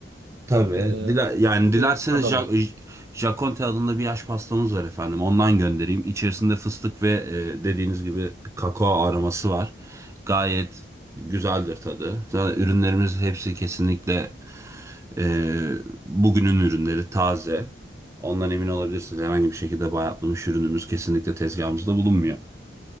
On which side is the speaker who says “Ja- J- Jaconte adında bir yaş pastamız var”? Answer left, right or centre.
Right